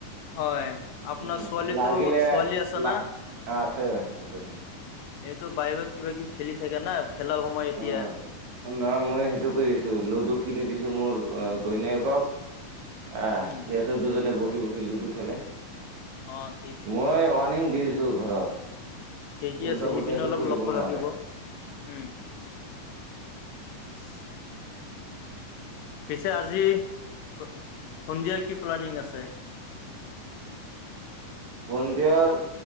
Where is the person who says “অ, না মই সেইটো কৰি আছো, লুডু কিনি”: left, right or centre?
Right